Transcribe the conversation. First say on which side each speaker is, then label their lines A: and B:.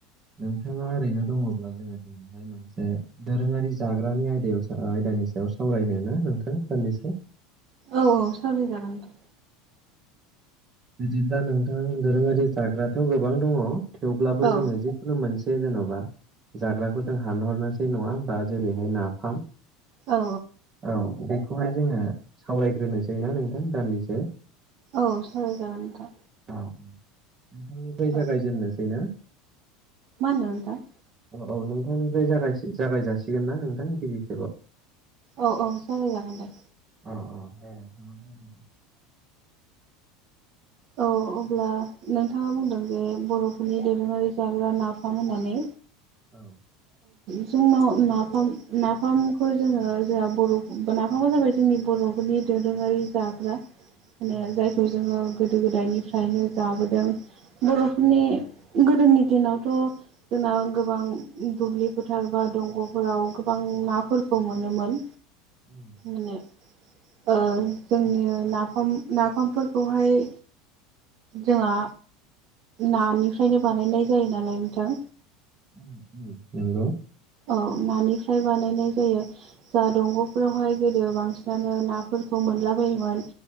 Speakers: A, on the right; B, on the right.
A: नोंथाङा ओरैनो दङब्ला जोङो दिनैहाय मोनसे दोरोङारि जाग्रानि आयदायाव सा ओ आयदानि सायाव सावरायनोना नोंथां दान्दिसे
B: औ औ सावराय जागोनथ'
A: बिदिब्ला नोंथां दोरोङारि जाग्राथ' गोबां दङ थेवब्लाबो
B: औ
A: जोङो जिखुनु मोनसे से जेन'बा जाग्राखौ जों हानहरनोसै नङा होमबा जेरैहाय नाफाम
B: औ
A: औ बेखौहाय जोङो सावरायग्रोनोसै ना नोंथां दान्दिसे?
B: औ सावराय जागोन नोंथां
A: औ नोंथांनिफ्राय
B: औ
A: जागायजेननोसै ना?
B: मा होनदों नोंथां?
A: औ औ नोंथांनिफ्राय जागायस जागाय जासिगोन ना नोंथां गिबि खेबाव?
B: औ औ जागायजागोन दे
A: अ अ दे नोंथाङा बुंग्रोदो
B: औ अब्ला नोंथाङा बुंदों जे बर'फोरनि दोरोङारि जाग्रा नाफाम होननानै
A: औ
B: जोंनाव नाफाम नाफामखौ जोङो जोहा बर' नाफामा जाबाय जोंनि बर' फोरनि दोरोङारि जाग्रा मानो
A: उम
B: जायखौ
A: उम
B: जोङो गोदो गोदायनिफ्रायनो जाबोदों बर'फोरनि
A: उम
B: गोदोनि दिनावथ' जोंना गोबां दुब्लि फोथार बा दंग'फोराव गोबां नाफोरखौ मोनोमोन
A: उम
B: माने ओ जोंनि ओ नाफाम-नाफामफोरखौहाय जोंहा नानिफ्रायनो बानायनाय जायो नालाय नोंथां
A: उम उम नोंगौ
B: औ नानिफ्राय बानायनाय जायो जा दंग'फोरावहाय गोदो बांसिनानो नाफोरखौ मोनला बायोमोन